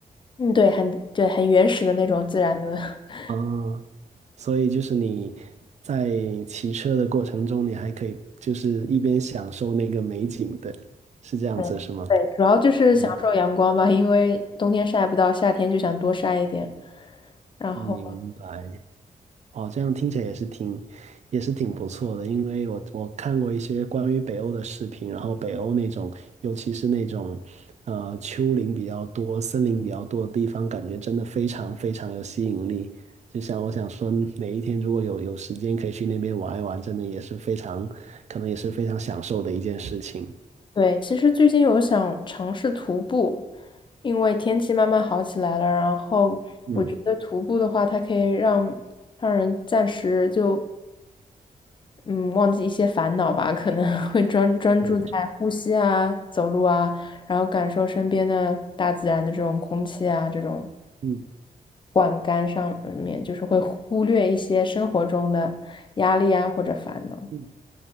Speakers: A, on the left; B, on the right.
A: 嗯，对，很对，很原始的那种自然的。<laughs>
B: 嗯，所以就是你在骑车的过程中，你还可以就是一边享受那个美景的，是这样子是吗？
A: 对对，主要就是享受阳光吧，
B: 嗯，
A: 因为冬天晒不到，夏天就想多晒一点。然后
B: 明白。哦，这样听起来也是挺，也是挺不错的。因为我我看过一些关于北欧的视频，然后北欧那种，尤其是那种，呃，丘陵比较多、森林比较多的地方，感觉真的非常非常有吸引力。就像我想说，哪一天如果有有时间可以去那边玩一玩，真的也是非常，可能也是非常享受的一件事情。
A: 对，其实最近有想尝试徒步，因为天气慢慢好起来了，然后我觉得徒步的话，
B: 嗯，
A: 它可以让让人暂时就嗯忘记一些烦恼吧，可能 <laughs> 会专专注在呼吸啊、
B: 对，
A: 走路啊，然后感受身边的大自然的这种空气啊、这种
B: 嗯。
A: 管干上面，就是会忽略一些生活中的压力啊或者烦恼。
B: 嗯